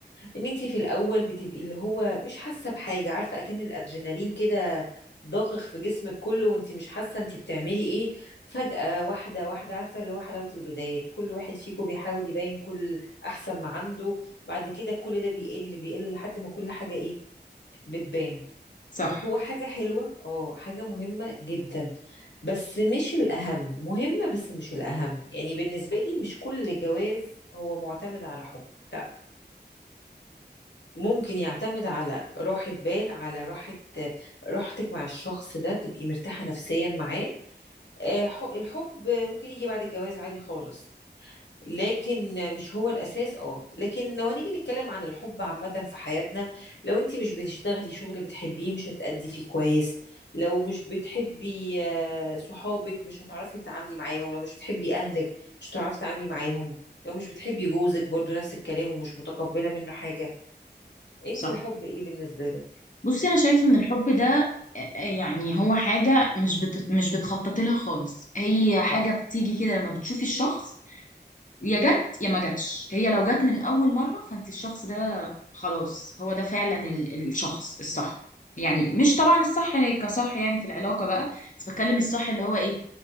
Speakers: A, on the left (about 75°); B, on the left (about 45°).
A: ان انتي في الأول بتبقي اللي هو مش حاسة بحاجة عارفة أكن الأدرينالين كده ضاخخ في جسمك كله وانتي مش حاسة انتي بتعملي ايه فجأة واحدة واحدة عارفة اللي هو حلاوة البدايات كل واحد فيكم بيحاول يبين كل أحسن ما عنده بعد كده كل ده بيقل بيقل لحد ما كل حاجة ايه بتبان
B: صح
A: هو حاجة حلوة اه حاجة مهمة جدا بس مش الأهم مهمة بس مش الأهم يعني بالنسبة لي مش كل جواز هو معتمد على حب لا ممكن يعتمد على راحة بال على راحة راحتك مع الشخص ده تبقي مرتاحة نفسيا معاه آه، حق- الحب ممكن يجي بعد الجواز عادي خالص لكن مش هو الأساس اه لكن لو هنيجي نتكلم عن الحب عامة في حياتنا لو انت مش بتشتغلي شغل بتحبيه مش هتأدي فيه كويس لو مش بتحبي آه، صحابك مش هتعرفي تتعاملي معاهم لو مش بتحبي أهلك مش هتعرفي تتعاملي معاهم لو مش بتحبي جوزك برضو نفس الكلام ومش متقبلة منه حاجة انت
B: صح
A: الحب ايه بالنسبة لك
B: بصي انا شايفه ان الحب ده آه، آه، يعني هو حاجه مش بت... مش بتخططي لها خالص هي حاجه
A: صح
B: بتيجي كده لما بتشوفي الشخص يا جت يا ما جاتش هي لو جت من اول مره فانت الشخص ده خلاص هو ده فعلا ال... الشخص الصح يعني مش طبعا الصح كصح يعني في العلاقه بقى بس بتكلم الصح اللي هو ايه